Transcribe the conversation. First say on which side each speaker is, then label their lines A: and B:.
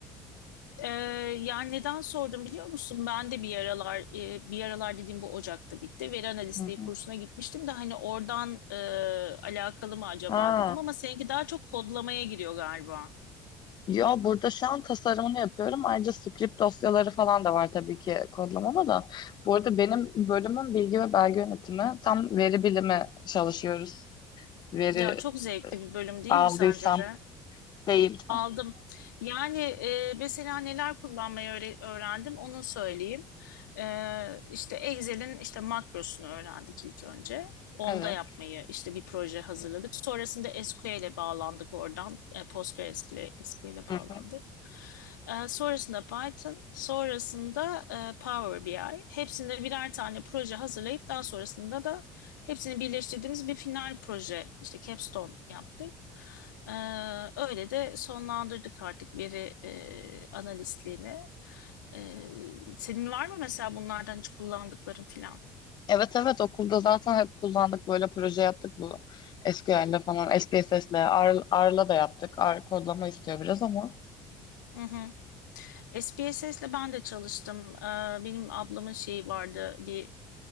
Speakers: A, on the left; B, on the left.
A: Ee, yani neden sordum biliyor musun? Ben de bir aralar e, bir aralar dediğim bu Ocak'ta bitti. Veri analistliği
B: hı.
A: kursuna gitmiştim de hani oradan e, alakalı mı acaba
B: Ha.
A: dedim ama seninki daha çok kodlamaya giriyor galiba.
B: Yo burada şu an tasarımını yapıyorum. Ayrıca script dosyaları falan da var tabii ki kodlamada da. Bu arada benim bölümüm bilgi ve belge yönetimi. Tam veri bilimi çalışıyoruz. Veri
A: Ya çok zevkli bir bölüm değil
B: aldıysam
A: mi sence de?
B: değil.
A: Aldım. Yani e, mesela neler kullanmayı öğre- öğrendim onu söyleyeyim. E, işte Excel'in işte makrosunu öğrendik ilk önce. Onda
B: Evet.
A: yapmayı işte bir proje hazırladık. Sonrasında SQL'e bağlandık oradan. E, PostgreSQL'e bağlandık.
B: Hı hı.
A: E, sonrasında Python, sonrasında e, Power BI. Hepsinde birer tane proje hazırlayıp daha sonrasında da Hepsini birleştirdiğimiz bir final proje, işte capstone yaptık. Ee, öyle de sonlandırdık artık veri e, analistliğini. Ee, senin var mı mesela bunlardan hiç kullandıkların filan?
B: Evet evet okulda zaten hep kullandık böyle proje yaptık bu SQL'le falan SPSS'le R, R'la da yaptık. R kodlama istiyor biraz ama.
A: Hı hı. SPSS'le ben de çalıştım. Ee, benim ablamın şeyi vardı, bir